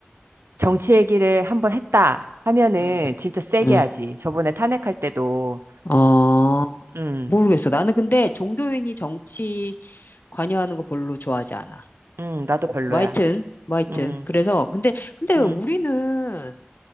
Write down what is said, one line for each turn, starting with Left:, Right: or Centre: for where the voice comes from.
Right: 정치 얘기를 한번 했다 하면은
Left: 응,
Right: 진짜 세게
Left: 응.
Right: 하지. 저번에 탄핵할 때도
Left: 어,
Right: 음,
Left: 모르겠어. 나는 근데 종교인이 정치 관여하는 거 별로 좋아하지 않아.
Right: 음, 나도 별로야.
Left: 뭐 하여튼, 뭐 하여튼.
Right: 음,
Left: 그래서, 근데, 근데 왜
Right: 음,
Left: 우리는